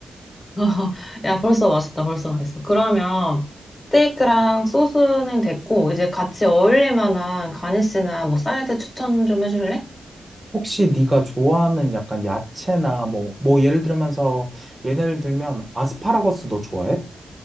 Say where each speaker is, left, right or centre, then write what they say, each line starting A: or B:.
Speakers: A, on the left (about 25°); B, on the right (about 20°).
A: <laughs> 야, 벌써 맛있다. 벌써 맛있어. 그러면 스테이크랑 소스는 됐고 이제 같이 어울릴 만한 가니쉬나 뭐 사이드 추천 좀 해줄래?
B: 혹시 네가 좋아하는 약간 야채나 뭐 뭐 예를 들면서 예를 들면 아스파라거스 너 좋아해?